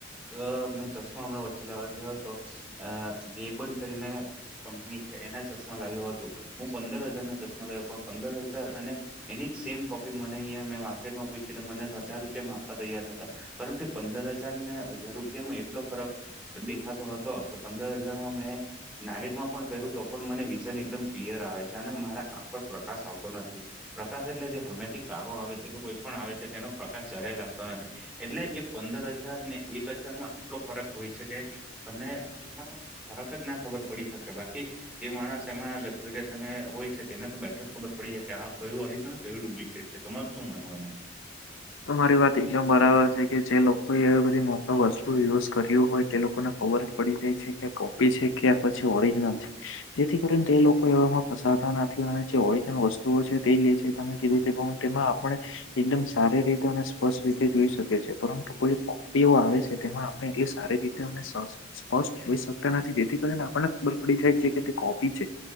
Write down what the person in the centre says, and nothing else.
અ મેં ચશ્મા હમણાં વચ્ચે લેવા ગયો હતો અ ગે બંધ કરીને કંપની એના ચશ્મા લાવ્યું હતો હું પંદર હજાર ના ચશ્મા લાવ્યો પણ પંદર હજાર અને એની જ સેમ કોપી મને અ મેં માર્કેટમાં પૂછી મને હજાર રૂપિયા મા આપવા તૈયાર હતા પરંત કે પંદર હજાર ને હજારો એટલો ફરક દેખાતો હતો કે પંદર હજારમાં મે નાડમાં પણ પહેરું તો પણ મને વિઝન એકદમ ક્લિયર આવે છે અને મારા હાક પર પ્રકાશ આવતો નથી પ્રકાશ એટલે જે હમેથી કો આવે છે, કે કોઈ પણ આવે છે તેનો પ્રકાશ જ્યારેય લાગતો નથી, એટલે એ પંદર હજાર ને એક હજાર માં એટલો ફરક હોય છે, કે તમે એમાં ફરક જ ના ખબર પડી શકે બાકી જે માણસ એમાં લક્ઝરયસ અને હોય છે તેને તો બેઠો જ ખબર પડી જાય ત્યાં કયું ઓરજનલ કયું ડુપ્લિકેટ છે તમારે શું માનવું એમાં